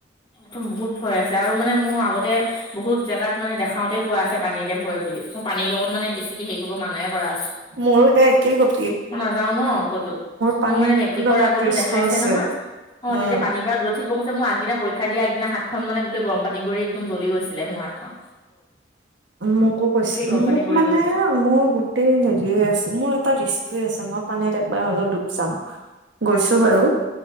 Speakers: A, on the left; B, on the right.
A: মোক বহুত ভয় আছে, আৰু মানে মোৰ আগতে। বহুত জেগাত মানে দেখাওতেই কোৱা আছে, পানীলৈ ভয় বুলি মোৰ পানীৰ লগত মানে বেছিকে সে কৰিব মানাই কৰা আছে,
B: মোৰো সেই একেই গতি
A: মই নাযাও ন, ক'তো।
B: পানীৰ
A: মোৰ মানে মেট্ৰিকৰ
B: লগত
A: আগতো
B: ৰিচটো
A: দেখাইছে
B: আছে
A: নহয়। অ,
B: উম
A: তেতিয়া পানীৰ পৰা দূৰত থাকিব কৈছে মই আগদিনা পৰীক্ষা দিয়াৰ আগদিনা হাতখন মানে গোটে গৰম পানী কৰি একদম জ্বলি গৈছিলে সো হাতখন।
B: মোকো, কৈছে
A: গোটেই গৰম পানী
B: মোক
A: পৰি
B: মানে
A: গৈছে
B: মোৰ মোৰ হেৰিয়ে আছে, মোৰ এটা হেৰিয়ে আছে মই পানীত একবাৰ অলপ ডুব যাম। গৈছো বাৰু,